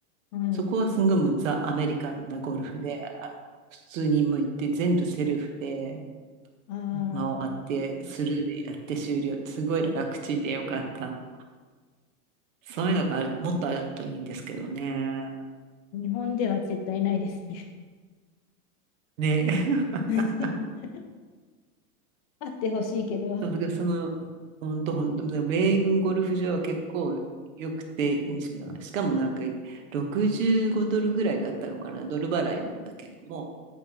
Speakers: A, on the left; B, on the right.
A: はい。
B: そこはすんごいもうザ・アメリカンなゴルフで、普通に向いて全部セルフで
A: ああ、
B: 回ってスルーでやって終了ってすごい楽ちんでよかったの。そういうのがある、もっとあるといいんですけどね。
A: 日本では絶対ないですね。
B: ね。<laughs>
A: <laughs> あってほしいけど。
B: そうだからその、本当本当米軍ゴルフ場は結構良くて、しかもなんか65ドルぐらいだったのかな、ドル払いなんだけども、